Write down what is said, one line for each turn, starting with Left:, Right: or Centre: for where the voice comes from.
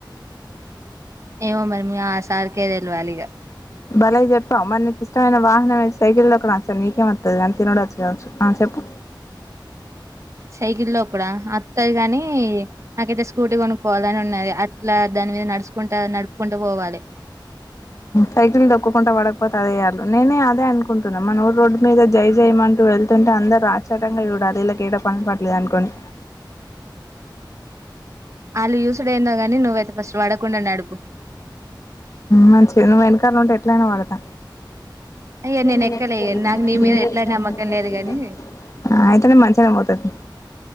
Right: ఏమో మరి మీ ఆ సార్కే తెల్వాలిగ
Left: భలే చెప్పవు మరి నీకు ఇష్టమైన వాహనం సైకిల్ తొక్కడం వచ్చు నీకేం వత్తాది తినడోచ్చు కావచ్చు చెప్పు
Right: సైకిల్ తొక్కుడా అత్తది గాని నాకైతే స్కూటీ కొనుక్కోవాలని ఉన్నది అట్లా దాని నడుచుకుంటా నడుపుకుంటూ పోవాలి
Left: సైకిల్ తక్కుంటా వాడకు దేయాలి నేనే అదే అనుకుంటున్నా మన ఊరు రోడ్డు మీద జై జై మంటూ వెళ్తుంటే అందరూ ఆశ్చర్యంగా చూడాలి విళ్ళకేడా పని పాట లేదు అనుకుని
Right: వాళ్ళు చూసుడు ఏందో గానీ నువ్వయితే ఫస్ట్ పడకుండా నడుపు
Left: మంచిది నువ్వు వెనకాల ఉంటే ఎట్లయినా వాడతా
Right: అయ్యో
Left: <unintelligible>
Right: నేను ఎక్కలే నాకు నీ మీద ఎట్లా నమ్మకం లేదు గాని
Left: ఆ అయితేనే మంచిగాన పోతది